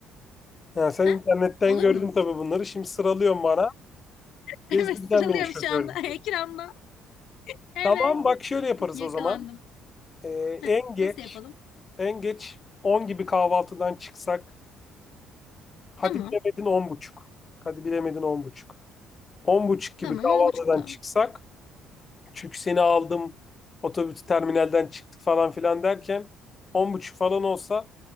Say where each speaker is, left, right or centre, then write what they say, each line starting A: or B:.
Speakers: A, on the left (about 25°); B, on the left (about 65°).
A: Ya sen
B: Ha?
A: internetten
B: Olur
A: gördün
B: mu?
A: tabii bunları. Şimdi sıralıyorsun bana.
B: <laughs>
A: Gezdireceksin
B: Evet sıralıyorum
A: beni şoförlük.
B: şu anda <laughs> ekranda. Evet
A: Tamam bak şöyle yaparız
B: yakalandım.
A: o zaman. Ee,
B: Heh,
A: en geç
B: nasıl yapalım?
A: en geç 10 gibi kahvaltıdan çıksak. Hadi
B: Tamam
A: bilemedin 10 buçuk. Hadi bilemedin 10 buçuk. 10 buçuk gibi
B: tamam
A: kahvaltıdan
B: on buçukta.
A: çıksak Çünkü seni aldım otobüs terminalden çıktık falan filan derken on buçuk falan olsa